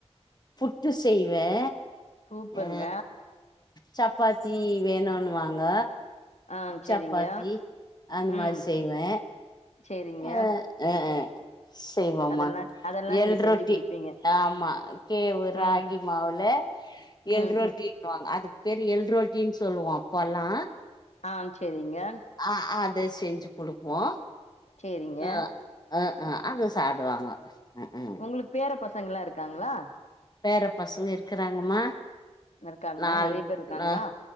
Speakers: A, on the left; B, on the left.
A: புட்டு செய்வே
B: சூப்பர்ங்க
A: ஆ சப்பாத்தி வேணுனு வாங்க
B: ஆ சேரிங்க
A: சப்பாத்தி அந் மாரி
B: ம்
A: செய்வே
B: சேரிங்க
A: ஆ ஆ ஆ செய்வோமா
B: அதெல்லா அதெல்லா
A: எல்
B: நீங்க செஞ்சு
A: ரொட்டி
B: குடுப்பீங்க
A: ஆமா கேவு ராகி
B: ம்
A: மாவுல
B: ம்
A: எல் ரொட்டினு
B: ம்
A: வாங்க அதுக்கு பேரு எல் ரொட்டின்னு சொல்லுவோ அப்போலா
B: ஆ சேரிங்க
A: ஆ அத செஞ்சு குடுப்போ
B: சேரிங்க
A: ஆ ஆ ஆ அத சாப்டுவாங்க ஹம் ம்
B: உங்களுக்கு பேர பசங்க லா இருக்காங்களா
A: பேர பசங்க இருக்குறாங்கமா
B: இருக்காங்களா
A: நால்
B: நெறைய பேர் இருக்காங்களா
A: நா